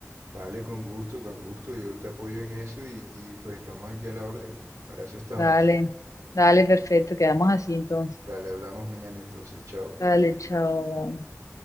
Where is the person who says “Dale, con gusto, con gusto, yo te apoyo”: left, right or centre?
Right